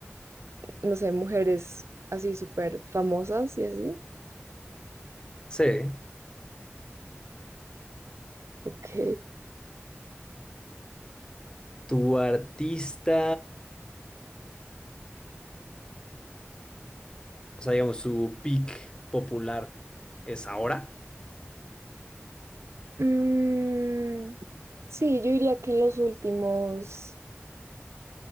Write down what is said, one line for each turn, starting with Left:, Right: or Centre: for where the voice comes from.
Right: no sé, mujeres así súper famosas y así.
Left: Sí.
Right: Ok.
Left: Tu artista. O sea, digamos, su peak popular es ahora.
Right: Mm, sí, yo diría que en los últimos